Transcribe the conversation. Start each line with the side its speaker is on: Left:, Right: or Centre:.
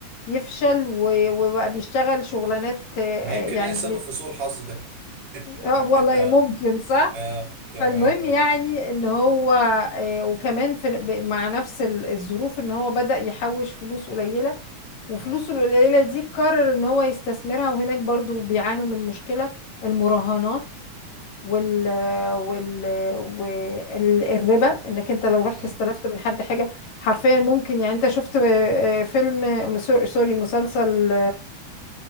Left: يفشل و- وبقى بيشتغل شغلانات آه،
Right: ما
Left: آه،
Right: يمكن
Left: يعني
Right: هي السبب
Left: م-
Right: في سوء الحظ ده <laughs>
Left: آه، والله
Right: آه
Left: ممكن صح
Right: آه، تمام
Left: فالمهم
Right: آه
Left: يعني ان هو آه، وكمان في ب- مع نفس ال- الظروف ان هو بدأ يحوش فلوس قليلة وفلوسه
Right: مم،
Left: القليلة دي قرر ان هو يستثمرها وهناك برضو بيعانوا من مشكلة المراهنات وال وال والربا انك انت لو
Right: مم.
Left: رحت استلفت من حد حاجه حرفيا ممكن يعني انت شفت آه، فيلم آه، سور- سوري مسلسل